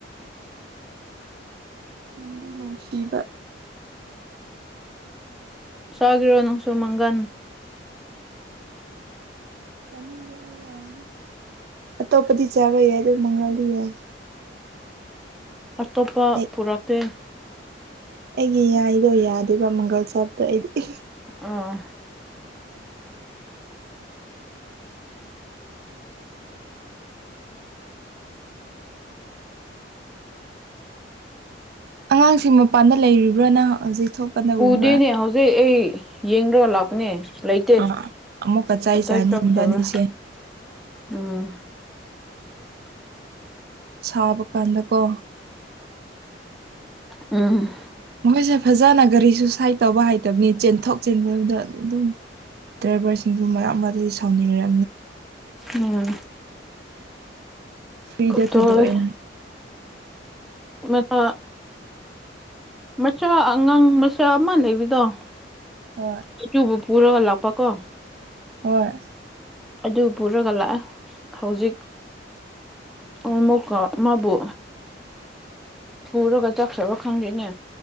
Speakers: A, on the right; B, in the centre.
A: ꯅꯨꯡꯗꯤ ꯅꯨꯡꯁꯤꯕ
B: ꯆꯒꯦꯔꯣ ꯅꯪꯁꯨꯨꯃꯪꯒꯟ
A: ꯥꯆꯅꯤꯡꯗꯦ ꯌꯥꯔꯅꯤ ꯑꯇꯣꯞꯄꯗꯤ ꯆꯥꯕ ꯌꯥꯏ ꯑꯗꯨ ꯃꯪꯉꯜꯗꯤ ꯌꯥꯏ
B: ꯑꯇꯣꯞꯄ
A: ꯑꯩ
B: ꯄꯨꯔꯛꯇꯦ
A: ꯑꯩꯒꯤ ꯌꯥꯏꯗꯣ ꯌꯥꯗꯦꯕ ꯃꯪꯒꯜ ꯆꯕꯇꯣ ꯑꯩꯗꯤ
B: ꯑꯥ
A: ꯑꯉꯥꯡꯁꯤꯡ ꯃꯄꯥꯟꯗ ꯂꯩꯔꯤꯕ꯭ꯔ ꯅꯪ ꯍꯧꯖꯤꯛ ꯊꯣꯛꯄꯅ ꯎꯕ꯭ꯔꯥ
B: ꯎꯗꯦꯅꯦ ꯍꯧꯖꯤꯛ ꯑꯩ ꯌꯦꯡ ꯔꯒ ꯂꯥꯛꯄꯅꯦ ꯂꯩꯇꯦ
A: ꯑꯥ ꯑꯃꯨꯛꯀ ꯆꯩ
B: ꯀꯗꯥꯏ
A: ꯆꯥꯅꯤ
B: ꯆꯠꯈ꯭ꯔꯕ꯭ꯔꯥ
A: ꯏꯕꯥꯅꯤꯁꯦ
B: ꯎꯝ
A: ꯁꯥꯕ ꯀꯥꯟꯗꯀꯣ
B: ꯎꯝ
A: ꯃꯣꯏꯁꯦ ꯐꯖꯅ ꯒꯥꯔꯤꯁꯨ ꯁꯥꯏꯠ ꯇꯧꯕ ꯍꯥꯏꯩꯇꯕꯅꯤ ꯆꯦꯟꯊꯣꯛ ꯆꯦꯟꯖꯟ ꯗ ꯑꯗꯨꯝ ꯗ꯭ꯔꯥꯏꯚꯔꯁꯤꯡꯁꯨ ꯃꯔꯛ ꯑꯃꯗꯤ ꯁꯥꯎꯅꯤꯡꯔꯦ
B: ꯎꯝ
A: ꯐ꯭ꯔꯤꯗ
B: ꯗꯣꯏ
A: ꯊꯥꯗꯣꯛꯑꯦꯅ
B: ꯃꯠꯇꯥ ꯃꯆꯥ ꯑꯉꯥꯡ ꯃꯆꯥ ꯑꯃ ꯂꯩꯕꯗꯣ
A: ꯍꯣꯏ
B: ꯑꯗꯨꯕꯨ ꯄꯨꯔꯒ ꯂꯥꯛꯄ ꯀꯣ
A: ꯍꯣꯏ
B: ꯑꯗꯨ ꯄꯨꯔꯒ ꯂꯥꯛꯑꯦ ꯍꯧꯖꯤꯛ ꯑꯣ ꯃꯨꯛꯀ ꯃꯥꯕꯨ ꯄꯨꯔꯒ ꯆꯠꯈ꯭ꯔꯕ ꯈꯪꯗꯦꯅꯦ